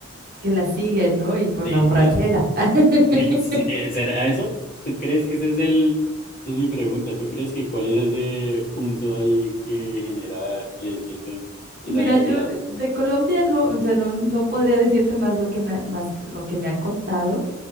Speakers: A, on the right (about 50°); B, on the left (about 45°).
A: que la siguen, ¿no? Y por
B: sí,
A: la borrachera.
B: que la- <laughs>
A: <laughs>
B: Sí, sí, eh, ¿Será eso? ¿Tú crees que ese es el... Esa es mi pregunta. ¿Tú crees que cuál es ese punto ahí que genera eh, ese, esa
A: Mira,
B: identidad?
A: yo de, de Colombia no, o sea, no, no podría decirte más lo que me, más que- lo que me han contado.